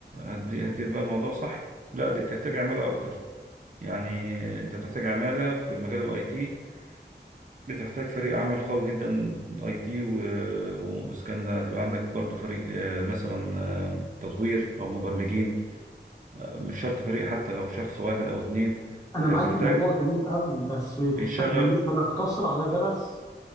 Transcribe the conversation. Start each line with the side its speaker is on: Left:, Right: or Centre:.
Right: هتدي- هتدير بقى الموضوع صح لا دي بتحتاج عماله اكتر يعني انت بتحتاج عماله في مجال الاي تي بتحتاج فريق عمل قوي جدا اي تي واسكان ده يبقى عندك برضو فريق آه، مثلا آه، تطوير او مبرمجين مش شرط فريق حتى لو شخص واحد او اتنين
Left: انا
Right: آه،
Left: معاك
Right: محتاج
Left: الموضوع جميل قوي بس
Right: بيشغل
Left: احنا مش هنقتصر على ده بس